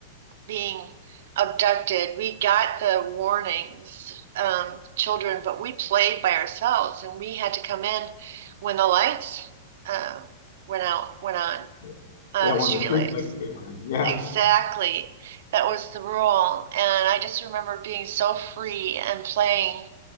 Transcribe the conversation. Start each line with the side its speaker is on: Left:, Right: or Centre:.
Right: being abducted. We got the warnings, um, children, but we played by ourselves and we had to come in when the lights uh, went out, went on,
Left: Yeah,
Right: uh,
Left: Yeah, when
Right: the street
Left: the street
Right: lights.
Left: lights came on, yeah.
Right: Exactly. That was the rule. And I just remember being so free and playing